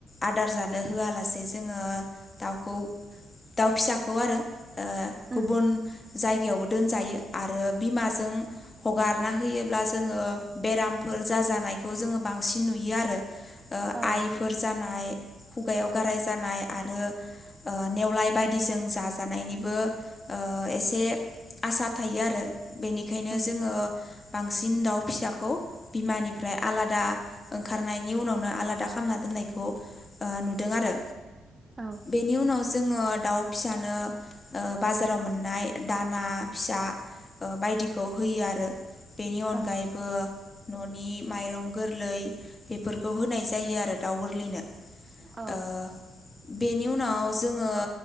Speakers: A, on the left; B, on the right.
A: आदार जानो होआलासे जोङो दाउखौ दाउ फिसाखौ आरो ओ गुबुन
B: उम
A: जायगायावबो दोनजायो आरो बिमाजों हगारना होयोब्ला जोङो बेरामफोर जाजानायखौ जोङो बांसिन नुयो आरो ओ
B: औ
A: आइफोर जानाय खुगायाव गाराय जानाय आरो ओ नेवलाय बायदिजों जाजानायनिबो ओ एसे आसा थायो आरो बेनिखायनो
B: उम
A: जोङो बांसिन दाउ फिसाखौ बिमानिफ्राय आलादा ओंखारनायनि उनावनो आलादा खालामना दोन नंखायखौ ओ नुदों आरो
B: औ
A: बेनि उनाव जोङो दाउ फिसानो ओ बाजाराव मोननाय दाना फिसा ओ बायदिखौ होयो आरो बेनि
B: औ
A: अनगायैबो न'नि माइरं गोरलै बेफोरखौ होनाय जायो आरो दाउ गोरलैनो
B: औ।
A: ओ बेनि उनाव जोङो